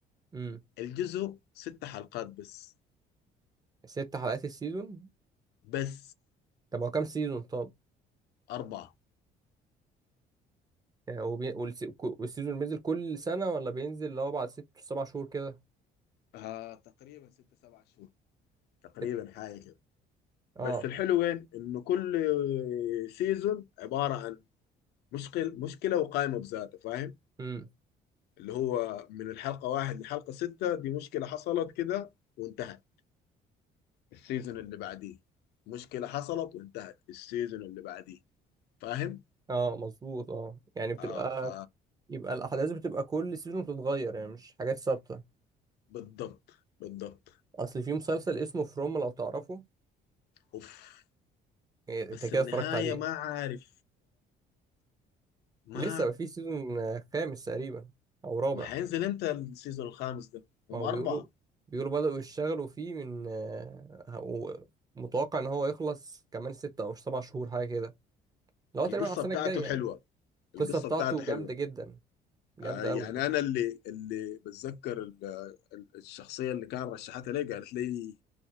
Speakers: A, on the right; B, on the left.
A: امم
B: الجزء ست حلقات بس
A: ست حلقات السيزون
B: بس
A: طب هو كام سيزون طب
B: اربعه
A: يعني هو بي... والسي... كو- والسيزون بينزل كل سنة ولا بينزل اللي هو بعد ست سبع شهور كده
B: آه تقريبا ست سبع شهور تقريبا
A: ست-
B: حاجه كده بس
A: اه
B: الحلو وين انه كل سيزون عباره عن مشكل مشكله وقائمه بذاتها فاهم
A: امم
B: اللي هو من الحلقه واحد لحلقه سته دي مشكله حصلت كده وانتهت السيزون اللي بعديه مشكلة حصلت وانتهت السيزون اللي بعديه فاهم؟
A: اه مظبوط اه يعني بتبقى
B: اه ف
A: يبقى الاحداث بتبقى كل سيزون بتتغير يعني مش حاجات ثابتة
B: بالضبط بالضبط
A: اصل في مسلسل اسمه فروم لو تعرفه
B: اوف
A: إيه، انت
B: بس
A: كده
B: النهاية
A: اتفرجت عليه
B: ما عارف
A: لسه
B: ما
A: ما في سيزون آه، خامس تقريبا او رابع
B: ما هينزل امتى السيزون الخامس ده؟
A: ما
B: هم
A: هو
B: أربعة
A: بيقولوا بيقولوا بدأوا يشتغلوا فيه من آه، هو- متوقع ان هو يخلص كمان ستة او سبع شهور حاجة كده اللي هو
B: القصة
A: تقريبا على السنة
B: بتاعته
A: الجاية يعني
B: حلوة
A: القصة
B: القصة
A: بتاعته
B: بتاعته حلوة
A: جامدة جدا جامدة
B: آه يعني
A: قوي يعني
B: أنا اللي اللي بتذكر ال- ال- الشخصية اللي كان رشحتها لي قالت لي